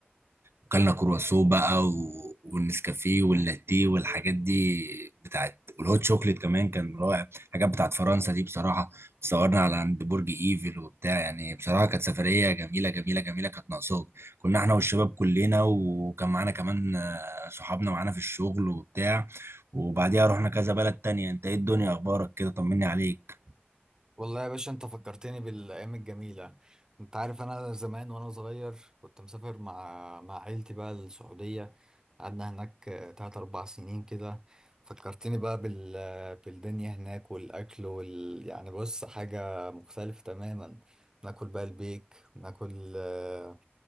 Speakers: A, on the right; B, on the right.
A: وكلنا كرواسو بقى و... والنسكافيه واللاتيه والحاجات دي بتاعت والهوت شوكليت كمان كان رائع الحاجات بتاعت فرنسا دي بصراحة صورنا على عند برج ايفل وبتاع يعني بصراحة كانت سفرية جميلة جميلة جميلة كانت ناقصاك كنا احنا والشباب كلنا وكان معانا كمان آه، صحابنا معانا في الشغل وبتاع وبعديها رحنا كذا بلد تانية انت ايه الدنيا اخبارك كده طمني عليك
B: والله يا باشا انت فكرتني بالايام الجميله انت عارف انا زمان وانا صغير كنت مسافر مع مع عيلتي بقى السعوديه قعدنا هناك آه، تلات اربع سنين كده فكرتني بقى بال آه، بالدنيا هناك والاكل وال يعني بص حاجه مختلفه تماما ناكل بقى البيك وناكل آه،